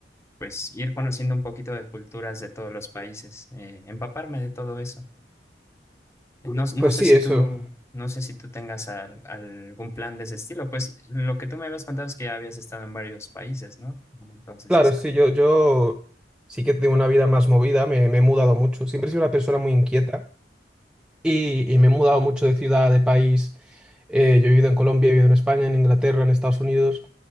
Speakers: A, on the left; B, in the centre.
A: pues ir conociendo un poquito de culturas de todos los países, eh, empaparme de todo eso. No, no
B: Pues
A: sé
B: sí,
A: si
B: eso.
A: tú, no sé si tú tengas al- algún plan de ese estilo, pues lo que tú me habías contado es que ya habías estado en varios países, ¿no? Entonces
B: Claro,
A: es como,
B: sí, yo, yo sí que tengo una vida más movida, me, me he mudado mucho. Siempre he sido una persona muy inquieta. y, y me he mudado mucho de ciudad, de país. Eh, yo he vivido en Colombia, he vivido en España, en Inglaterra, en Estados Unidos.